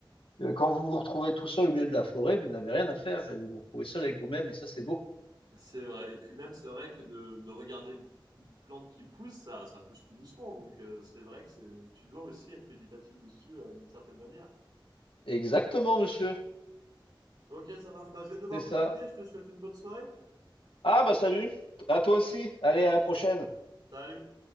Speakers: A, on the left; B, on the right.
A: Quand vous vous retrouvez tout seul au milieu de la forêt, vous n'avez rien à faire et vous vous retrouvez seul avec vous-même et ça c'est beau.
B: C'est vrai. Et puis même, c'est vrai que de, de regarder une, une plante qui pousse, ça, ça pousse tout doucement. Donc euh, c'est vrai que c'est, tu dois aussi être méditatif dessus euh, d'une certaine manière.
A: Exactement, monsieur.
B: Ok, ça marche. Bah, je vais devoir
A: C'est ça.
B: te quitter. Je te souhaite une bonne soirée.
A: Ah, bah salut. À toi aussi. Allez, à la prochaine.
B: Salut.